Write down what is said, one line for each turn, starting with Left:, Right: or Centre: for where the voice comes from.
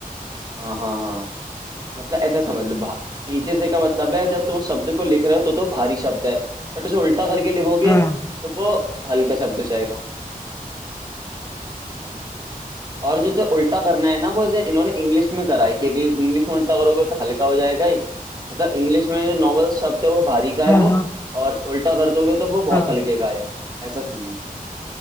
Right: हाँ हाँ हाँ मतलब ऐसा समझ लो भा- पीछे से का मतलब है जब तुम शब्द को लिख रहे हो तो तो भारी शब्द है बट उसे उल्टा करके लिखोगे
Left: हाँ
Right: तो वो हल्का शब्द हो जाएगा और जो तो उल्टा करना है ना वो इसे इन्होंने इंग्लिश में करा है कि इंग्लिश में उल्टा करोगे तो हल्का हो जाएगा ही मतलब इंग्लिश में जो नॉर्मल शब्द है वो भारी का है
Left: हाँ
Right: वो
Left: हाँ
Right: और उल्टा कर दोगे तो वो बहुत
Left: हाँ
Right: हल्के का है ऐसा सीन है